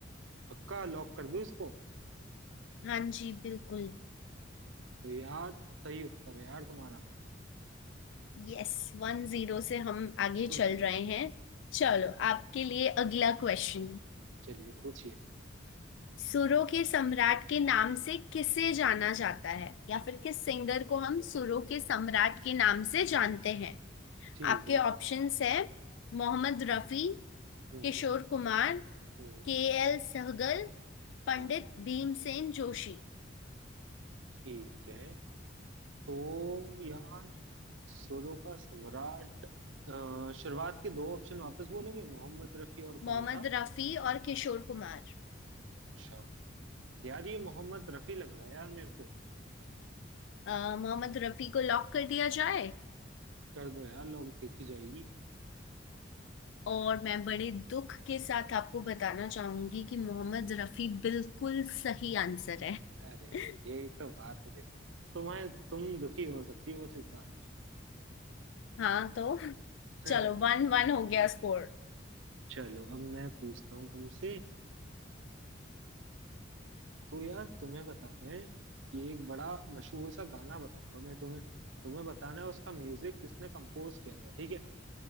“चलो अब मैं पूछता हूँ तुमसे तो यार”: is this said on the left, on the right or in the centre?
Right